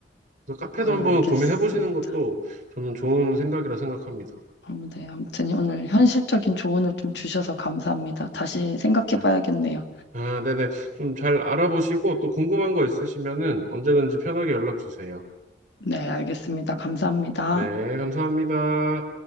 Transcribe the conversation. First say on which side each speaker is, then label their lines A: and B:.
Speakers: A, on the right (about 45°); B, on the left (about 75°).
A: 그래서 카페도
B: 아,
A: 한번
B: 알겠습니다.
A: 고민해 보시는 것도 저는 좋은 생각이라 생각합니다.
B: 아, 네, 아무튼 오늘 현실적인 조언을 좀 주셔서 감사합니다. 다시 생각해
A: 네.
B: 봐야겠네요.
A: 아, 네네. 좀 잘 알아보시고 또 궁금한 거 있으시면은 언제든지 편하게 연락 주세요.
B: 네, 알겠습니다. 감사합니다.
A: 네, 감사합니다.